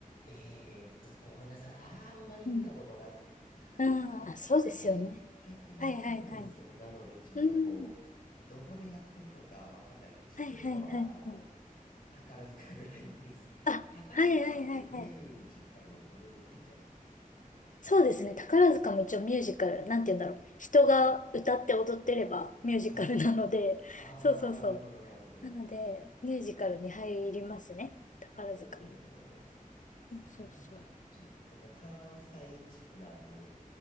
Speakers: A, on the left; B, on the left.
A: えーっと、ごめんなさい。あんまり見たことなくてて、
B: うん。
A: なんか昔行った気がするんですよね。
B: ああ、そうですよね。はいはいはい。
A: なので、ちょっとこう、
B: うん。
A: どこでやってるのかわかんないって知ってるのは、
B: はいはいはいはい。
A: あの、宝塚ぐらいなんです。<laughs>
B: あ、
A: 宝塚ってミュージカルの部類に入っちゃうんですかね、
B: はいはいはいはい。
A: あれは。
B: そうですね。宝塚も一応ミュージカル、なんて言うんだろう。人が歌って踊ってればミュージカルなので、
A: はい。あー、
B: そうそうそう。
A: なるほど、なるほど。
B: なので、ミュージカルに入りますね。宝塚も。
A: おー、そうなんですね。
B: そうそうそう。
A: なんか、ちょっとこう、関西地区なんで、